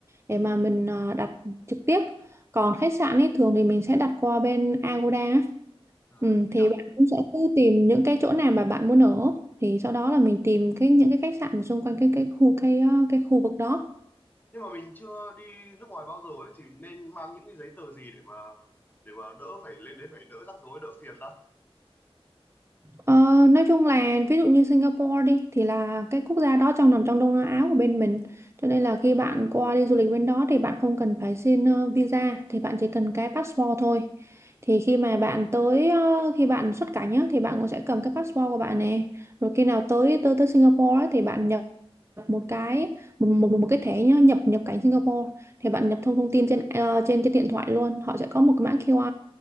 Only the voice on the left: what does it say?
Ờ,
Thế
nhở?
Nhưng mà mình chưa đi nước ngoài bao giờ ấy thì nên mang những cái giấy tờ gì để mà để mà đỡ phải lên đấy phải đỡ rắc rối, đỡ phiền ta.